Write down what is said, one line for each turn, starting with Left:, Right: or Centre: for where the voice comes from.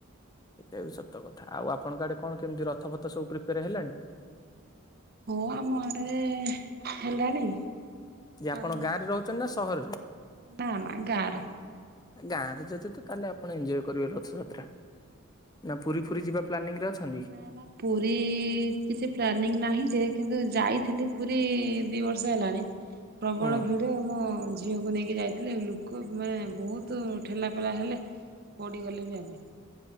Left: ଏଇଟା ବି ସତ କଥା। ଆଉ ଆପଣଙ୍କ ଆଡେ କଣ କେମତି ରଥ ପଥ ସବୁ ପ୍ରିପେୟାର ହେଲାଣି?
Right: ହଁ ଆମ ଆଡେ ହେଲାଣି
Left: ଯେ ଆପଣ
Right: ଆଉ
Left: ଗାଁରେ ରହୁଛନ୍ତି ନା ସହରରେ?
Right: ନା ନା ଗାଁର
Left: ଗାଁରେ ଯଦି ତ ତାହେଲେ ଆପଣ ଏନ୍ଜୟ କରିବେ ରଥଯାତ୍ରା। ନା ପୁରୀ ଫୁରୀ ଯିବା ପ୍ଲାନିଂ ରେ ଅଛନ୍ତି?
Right: ନା ନା ପୁରୀ କିଛି ପ୍ଲାନିଂ ନାହିଁ ଯେ କିନ୍ତୁ ଯାଇଥିଲି ପୁରୀ ଦି ବର୍ଷ ହେଲାଣି, ପ୍ରବଳ
Left: ହୁଁ
Right: ଭିଡ ମୁଁ ଝିଅକୁ ନେଇକି ଯାଇଥିଲି ଲୋକ ମାନେ ବହୁତ ଠେଲା ପେଲା ହେଲେ ପଡ଼ିଗଲେ ବି ଆମେ।